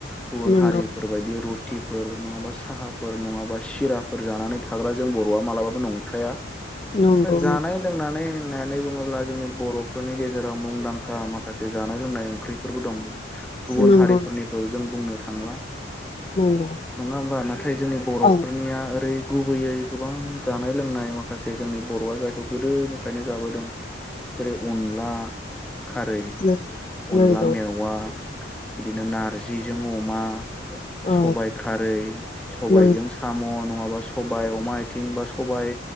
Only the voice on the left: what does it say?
नंगौ
नंगौ
नंगौ
नंगौ
औ
नंगौ
औ
नंगौ